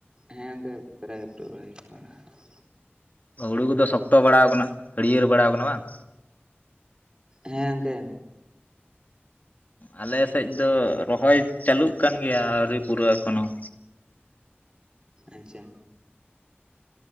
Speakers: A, on the right; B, on the left.
A: ᱦᱮᱸ ᱜᱚᱝᱠᱮ ᱯᱨᱟᱭ ᱜᱮ ᱯᱩᱨᱟᱹᱣ ᱟᱠᱟᱱᱟ ᱾ <unintelligible>
B: ᱦᱩᱲᱩ ᱠᱚᱫᱚ ᱥᱚᱠᱛᱚ ᱵᱟᱲᱟᱣ ᱟᱠᱟᱱᱟ ᱦᱟᱹᱲᱭᱟᱹᱲ ᱵᱟᱲᱟᱣ ᱟᱠᱟᱱᱟ ᱵᱟᱝ?
A: ᱦᱮᱸ ᱜᱚᱝᱠᱮ᱾
B: ᱟᱞᱮ ᱥᱮᱡ ᱫᱚ ᱨᱚᱦᱚᱭ ᱪᱟᱹᱞᱩᱜ ᱠᱟᱱ ᱜᱮᱭᱟ ᱟᱹᱣᱨᱤ ᱯᱩᱨᱟᱹᱜ-ᱟ ᱮᱠᱷᱚᱱ ᱦᱚᱸ᱾
A: ᱟᱪᱪᱷᱟ᱾